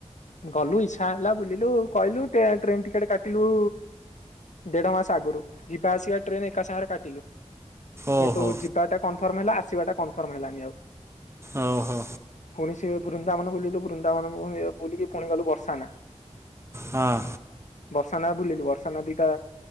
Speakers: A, on the left; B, on the right.
A: ଗଲୁ ଇଚ୍ଛା ହେଲା ବୁଲିଲୁ। କହିଲୁ ଟ୍ରେନ ଟିକେଟ କାଟିଲୁ। ଦେଢ ମାସ ଆଗରୁ। ଯିବା ଆସିବା ଟ୍ରେନ ଏକା ସାଙ୍ଗରେ କାଟିଲୁ।
B: ଓହୋ
A: କିନ୍ତୁ ଯିବାଟା କନଫର୍ମ ହେଲା। ଆସିବାଟା କନଫର୍ମ ହେଲାନି ଆଉ।
B: ଓ ହୋ।
A: ପୁଣି ସେ ବୃନ୍ଦାବନ ବୁଲିଲୁ ବୃନ୍ଦାବନ ବୁଲିକି ପୁଣି ଗଲୁ ବର୍ଷା ନା।
B: ହଁ।
A: ବର୍ଷାନ ବୁଲିଲୁ। ବର୍ଷାନା ଦିଟା